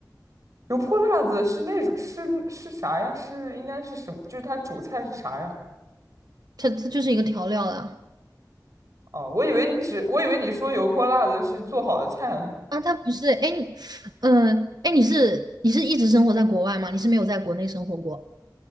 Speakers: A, on the right; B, on the right.
A: 油泼辣子是那种是是啥呀？是应该是什么？就是它主菜是啥呀？
B: 它它就是一个调料啦。
A: 哦，我以为你只我以为你说油泼辣子是做好的菜呢。
B: 啊，他不是，哎，你嗯，哎，你是你是一直生活在国外吗？你是没有在国内生活过？